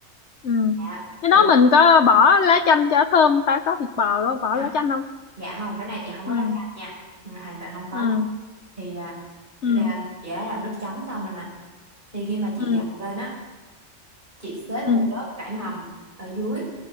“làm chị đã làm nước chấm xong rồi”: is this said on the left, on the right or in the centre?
Right